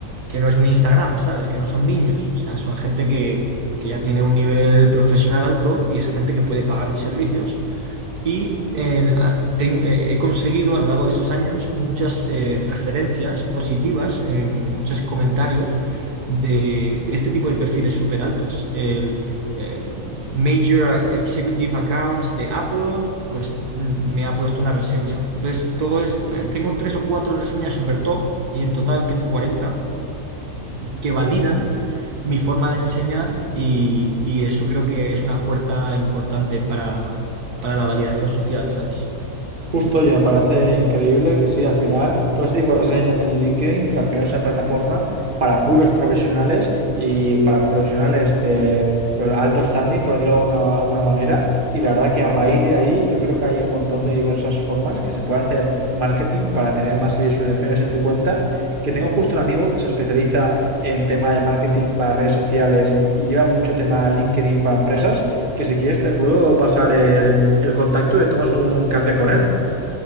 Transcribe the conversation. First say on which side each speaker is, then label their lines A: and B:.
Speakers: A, on the right; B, on the right.
A: que no es un Instagram, ¿sabes? Que no son niños, o sea, son gente que que ya tiene un nivel profesional alto y es gente que puede pagar mis servicios y eh, a- ten- eh, he conseguido a lo largo de estos años muchas eh, referencias positivas, eh, muchos comentarios de, de este tipo de perfiles súper altos. El, el Major Executive Accounts de Apple, pues mm, me ha puesto una reseña. Entonces, todo es, eh, tengo tres o cuatro reseñas súper top y en total tengo 40 que validan mi forma de enseñar y, y eso creo que es una puerta importante para, para la validación social, ¿sabes?
B: Justo,
A: Mm.
B: y me parece increíble que sí, al final, todo ese tipo de reseñas en LinkedIn, que al final es una plataforma para puros profesionales y para profesionales de pues, alto standing, por decirlo de alguna, alguna manera. Y la verdad que a raíz de ahí yo creo que hay un montón de diversas formas que se puede hacer marketing para tener más visualizaciones en tu cuenta. Que tengo justo un amigo que se especializa en tema de marketing para redes sociales y lleva mucho tema LinkedIn para empresas que si quieres te puedo pasar el, el contacto y tomas un café con él.